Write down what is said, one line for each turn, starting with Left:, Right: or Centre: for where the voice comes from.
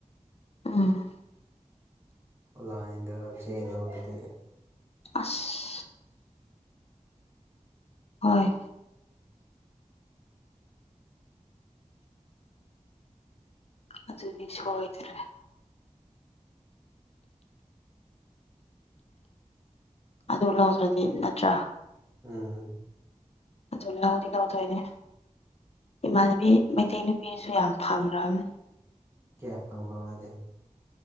Left: ꯎꯝ
Right: ꯑꯣꯟꯂꯥꯏꯟꯗ ꯆꯦꯜꯂꯣ ꯑꯗꯨꯗꯤ
Left: ꯑꯁ ꯍꯣꯏ ꯑꯗꯨꯅꯤ ꯁꯣꯏꯗꯔ꯭ꯦ ꯑꯗꯨ ꯂꯧꯗ꯭ꯔꯗꯤ ꯅꯠꯇ꯭ꯔꯥ
Right: ꯎꯝ
Left: ꯑꯗꯨ ꯂꯧꯗꯤ ꯂꯧꯗꯣꯏꯅꯤ ꯏꯃꯥꯟꯅꯕꯤ ꯃꯩꯇꯩ ꯅꯨꯄꯤꯁꯨ ꯌꯥꯝ ꯐꯪꯈ꯭ꯔꯕꯅꯤ
Right: ꯀꯌꯥ ꯐꯪꯕ ꯃꯥꯗꯦ